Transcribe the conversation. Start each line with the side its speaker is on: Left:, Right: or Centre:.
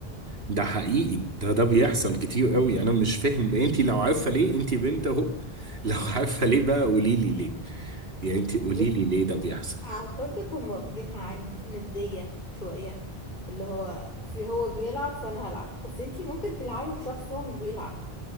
Right: ده حقيقي ده ده بيحصل كتير قوي انا مش فاهم انتي لو عارفة ليه انتي بنت اهو <laughs> لو عارفة ليه بقى قولي لي ليه يعني انت قولي
Left: بص
Right: لي ليه ده بيحصل
Left: اعتقد هم واخدينها عند ندية شوية اللي هو في هو بيلعب فانا هلعب بس انتي ممكن تلعبي بشخص هو مش بيلعب